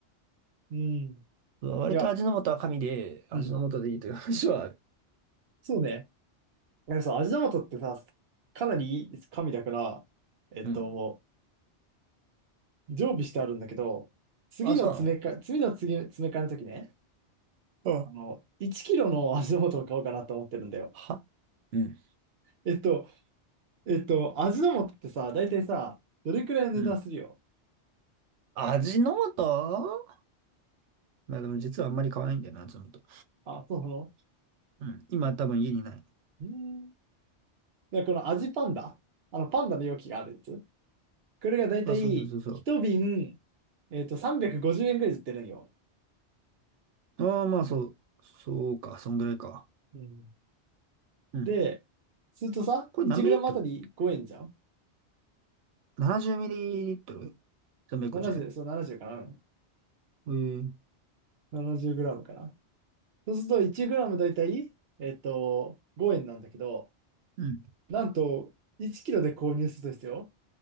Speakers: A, on the right; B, on the right.
A: うん。
B: 割と味の素は神で、
A: いや、
B: 味の素でいいという話はある。
A: うん。そうね。なんかさ、味玉とってさ、かなりいい神だから、えっと、
B: うん。
A: 常備してあるんだけど、次の詰め替え、
B: あ、そうなの
A: 次の次、詰め替えの時ね、
B: うん
A: あの、1キロの味の素を買おうかなと思ってるんだよ。
B: はうん。
A: えっと、えっと、味玉ってさ、大体さ、どれくらいの値段するよ。
B: うん。味の素まあでも実はあんまり買わないんだよな、味の素。
A: あ、そうなの
B: うん。今多分家にない。
A: うーん。で、この味パンダ、あの、パンダの容器があるやつ。これがだいたい一瓶、
B: あ、そうそうそうそ
A: えっと、350円くごじゅうえんくらいで売ってるんよ。
B: う。ああ、まあそう。そうか、そんぐらいか。
A: うん。
B: うん。
A: で、するとさ、
B: これ何ミリリットル
A: 1g あたり5円じゃん
B: ?70 ミリリットル ?350
A: ?70、
B: 円
A: そう70かなうん
B: えー、
A: ななじゅうグラムかなそうすると 1g だいたい、えっと、5円なんだけど、
B: うん。
A: なんと、1キロで購入するとですよ、